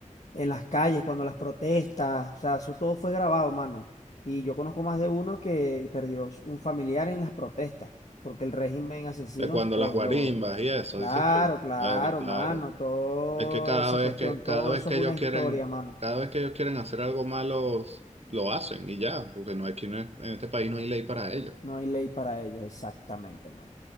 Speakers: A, on the left; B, on the right.
A: en las calles, cuando las protestas, o sea, eso todo fue grabado, mano. Y yo conozco más de uno que perdió un familiar en las protestas, porque el régimen asesino,
B: De cuando
A: pues
B: las guarimbas
A: lo...
B: y eso,
A: Claro,
B: dices tú.
A: claro,
B: Bueno, claro.
A: mano, toda
B: Es que cada
A: esa
B: vez
A: cuestión,
B: que, cada
A: todo
B: vez
A: eso
B: que
A: es una
B: ellos quieren,
A: historia, mano.
B: cada vez que ellos quieren hacer algo malo, s- lo hacen y ya, porque no hay, aquí no es- en este país no hay ley para ello.
A: No hay ley para ello, exactamente, mano.